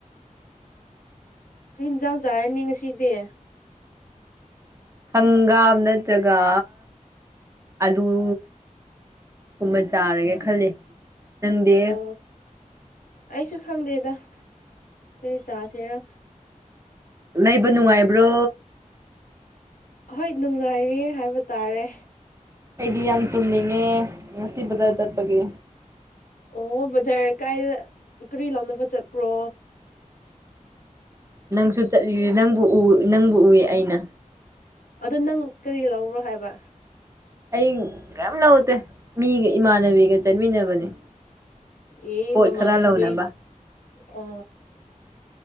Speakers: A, on the left; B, on the right.
A: ꯑꯩꯦꯟ ꯏꯟꯁꯥꯡ ꯆꯥꯔꯅꯤ ꯉꯁꯤꯗꯤ
B: ꯍꯪꯒꯥꯝ ꯅꯠꯇ꯭ꯔꯒ ꯑꯂꯨ ꯀꯨꯝꯕ ꯆꯥꯔꯒꯦ ꯈꯜꯂꯤ ꯅꯪꯗꯤ
A: ꯑꯣ ꯑꯩꯁꯨ ꯈꯪꯗꯦꯗ ꯀꯔꯤ ꯆꯥꯁꯦꯔ
B: ꯂꯩꯕ ꯅꯨꯡꯉꯥꯏꯕ꯭ꯔꯣ
A: ꯑꯍꯣꯏ ꯅꯨꯡꯉꯥꯏꯔꯤꯌꯦ ꯍꯥꯏꯕ ꯇꯥꯔꯦ
B: ꯑꯩꯗꯤ ꯌꯥꯝ ꯇꯨꯝꯅꯤꯡꯉꯦ ꯉꯁꯤ ꯕꯖꯥꯔ ꯆꯠꯄꯒꯤ
A: ꯑꯣ ꯕꯖꯥꯔ ꯀꯥꯏꯗ ꯀꯔꯤ ꯂꯧꯥꯎꯅꯕ ꯆꯠꯄ꯭ꯔꯣ
B: ꯅꯪꯁꯨ ꯆꯠꯂꯤ ꯅꯪꯕꯨ ꯅꯪꯕꯨ ꯎꯏ ꯑꯩꯅ
A: ꯑꯗ ꯅꯪ ꯀꯔꯤ ꯂꯧꯕ꯭ꯔꯣ ꯍꯥꯏꯕ
B: ꯑꯩ ꯀꯌꯥꯝ ꯅꯧꯗꯦ ꯃꯤꯒ ꯏꯃꯥꯟꯅꯕꯤꯒ ꯆꯠꯃꯤꯟꯅꯕꯅꯦ
A: ꯑꯦ
B: ꯄꯣꯠ
A: ꯅꯃꯅꯕꯩ
B: ꯈꯔ ꯂꯧꯅꯕ
A: ꯑ